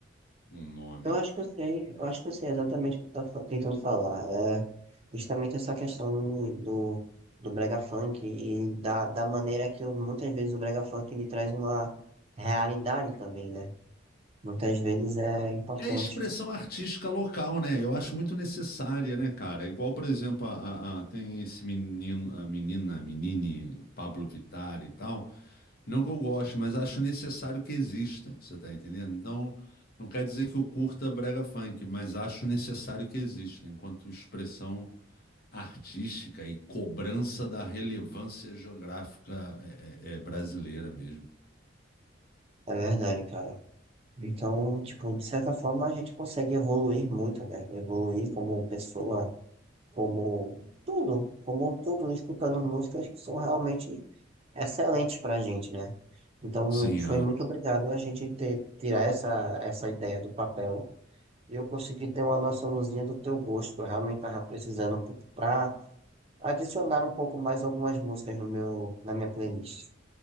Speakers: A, on the left; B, on the right.
A: o nome.
B: Eu acho que eu sei, eu acho que eu sei exatamente o que tu tá fa- tentando falar. justamente essa questão do, do brega funk e da, da maneira que eu, muitas vezes o brega funk ele traz uma realidade também, né? Muitas vezes é importante,
A: É a expressão artística local, né? Eu acho muito necessária, né, cara? É Igual, por exemplo, a, a- a- tem esse menino, a menina, a menine, Pablo Vittar e tal. Não que eu goste, mas acho necessário que exista, você tá entendendo? Então, não quer dizer que eu curta brega funk, mas acho necessário que exista, enquanto expressão artística e cobrança da relevância geográfica é, é- é brasileira mesmo.
B: é verdade, cara. Então, tipo, de certa forma a gente consegue evoluir muito, né? Evoluir como pessoa, como tudo, como tudo, escutando músicas que são realmente excelentes pra gente, né? Então,
A: Sim,
B: foi muito obrigado a gente ter, tirar essa, essa ideia do papel E eu consegui ter uma noçãozinha do teu gosto, que eu realmente tava precisando um pouco pra adicionar um pouco mais algumas músicas no meu, na minha playlist.